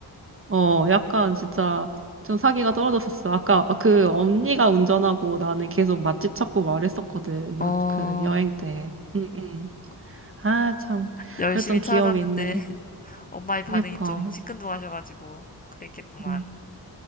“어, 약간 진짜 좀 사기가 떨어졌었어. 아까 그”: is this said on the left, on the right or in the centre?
Right